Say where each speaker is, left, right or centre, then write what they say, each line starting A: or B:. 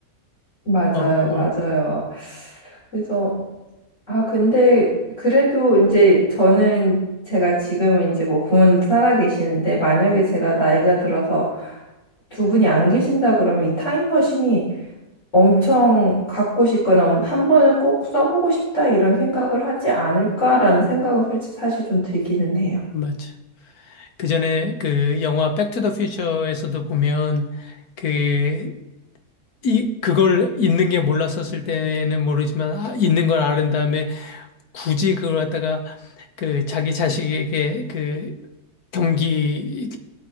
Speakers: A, on the left; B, on the left.
A: 맞아요,
B: 어,
A: 맞아요. 그래서 아, 근데 그래도 이제 저는 제가 지금은 이제 뭐 부모님도 살아 계시는데 만약에 제가 나이가 들어서 두 분이 안 계신다 그러면 이 타임머신이 엄청 갖고 싶거나 음, 한 번은 꼭 써보고 싶다 이런 생각을 하지 않을까라는 생각은 솔직히 사실 좀 들기는 해요.
B: 맞아. 그 전에 그 영화 백 투 더 퓨처에서도 보면 그 이 그걸 있는 게 몰랐었을 때는 모르지만 아, 있는 걸 아는 다음에 굳이 그걸 갖다가 그 자기 자식에게 그 경기